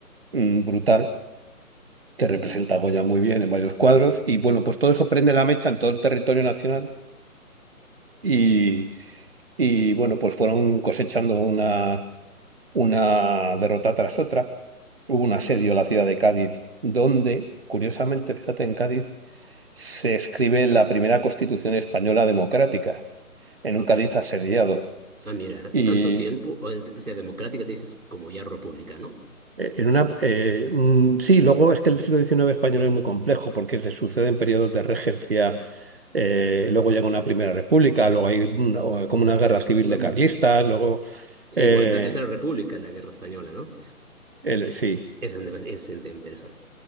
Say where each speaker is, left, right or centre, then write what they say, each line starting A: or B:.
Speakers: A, on the right (about 40°); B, on the right (about 65°).
A: mm, brutal que
B: Y-
A: representa a Goya muy bien en varios cuadros. Y bueno, pues todo eso prende la mecha en todo el territorio nacional y, y bueno, pues fueron cosechando una. una derrota tras otra. Hubo un asedio a la ciudad de Cádiz, donde, curiosamente, fíjate, en Cádiz se escribe la primera Constitución española democrática, en
B: Porque,
A: un Cádiz asediado.
B: ah, mira, tanto
A: Y
B: tiempo, o, es- o sea, democrática te dices como ya república, ¿no?
A: eh, en una, eh, mm, sí, luego es que el siglo diecinueve español es muy complejo porque se suceden periodos de regencia. eh, luego llega una primera república, luego hay una- o- como una guerra civil
B: Mm,
A: de carlistas, luego
B: sí,
A: eh,
B: pues la Tercera República, la Guerra Española, ¿no?
A: el- sí.
B: Eso es, donde- es inte- interesante.